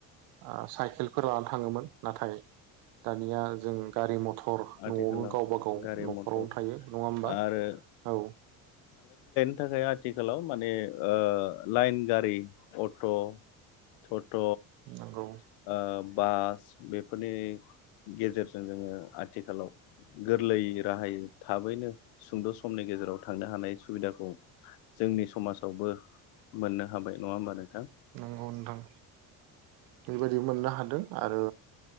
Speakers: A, on the right (about 70°); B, on the left (about 80°).
A: आ साइकेल फोर लाना थाङोमोन नाथाय दानिया जों गारि मथ थर
B: आथिखालाव
A: न'आवनो गावबा गाव
B: गारि
A: न'खरावनो
B: मथर
A: थायो नङा होमबा
B: आरो
A: औ।
B: नि थाखाय आथिखालाव माने ओ लाइन गारि अट' सत
A: नंगौ
B: त' ओ बास बेफोरनि गेजेरजों जोङो आथिखालाव गोरलैयै राहायै थाबैनो सुंद' समनि गेजेराव थांनो हानाय सुबिदाखौ जोंनि समाजावबो मोननो हाबाय नङा होमबा नोंथां?
A: नोंगौ नोंथां बेबायदि मोननो हादों आरो